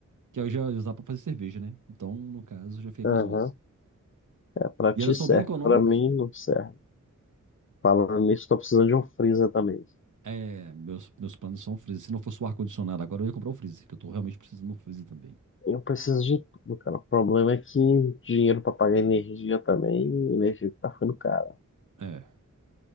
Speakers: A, on the right (about 75°); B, on the left (about 40°).
A: Que aí eu já usava pra fazer cerveja, né? Então, no caso, eu já fiquei
B: Aham,
A: com as duas.
B: É Pra
A: E
B: ti
A: elas
B: serve,
A: são bem econômicas.
B: pra mim não serve. Falando nisso, tô precisando de um freezer também.
A: É, meus, meus planos são o freezer. Se não fosse o ar-condicionado agora, eu ia comprar o freezer, que eu tô realmente precisando do freezer também.
B: Eu preciso de tudo, cara. O problema é que dinheiro pra pagar energia também, energia que tá ficando cara.
A: É.